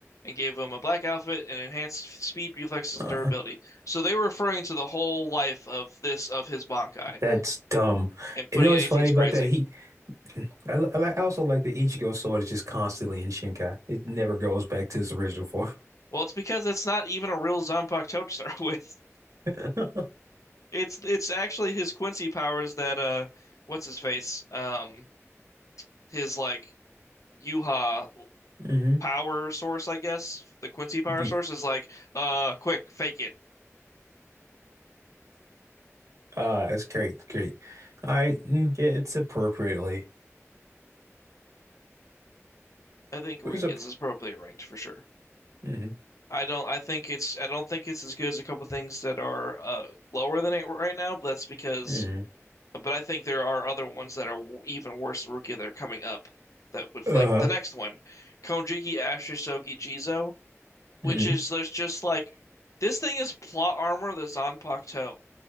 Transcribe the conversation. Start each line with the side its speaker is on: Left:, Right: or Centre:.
Left: and gave him a black outfit and enhanced speed, reflexes, and
Right: Uh-uh.
Left: durability. So they were referring to the whole life of this of his Bankai
Right: That's dumb.
Left: and putting
Right: You know
Left: it
Right: what's
Left: 18
Right: funny
Left: is
Right: about
Left: crazy.
Right: that? He, I, li- I, like- I also like the Ichigo sword is just constantly in Shinkai. It never goes back to its original form.
Left: Well, it's because it's not even a real Zanpakuto <laughs> to start with.
Right: <laughs>
Left: It's it's actually his Quincy powers that uh what's his face? Um his like Yuha
Right: hmm
Left: power source, I guess. The Quincy power
Right: Yeah.
Left: source is like, uh quick, fake it.
Right: Uh, it's great, it's great. I mm, yeah, it's appropriately.
Left: I think Riki
Right: It's a
Left: is appropriately ranked for sure.
Right: hmm
Left: I don't. I think it's. I don't think it's as good as a couple things that are uh, lower than it right now. But that's because.
Right: hmm
Left: But I think there are other ones that are w- even worse than Rookie that are coming up. That would
Right: Uh-huh.
Left: like the next one, Konjiki Ashisogi Jizo, which
Right: hmm
Left: is there's just like this thing is plot armor that's on Pakuto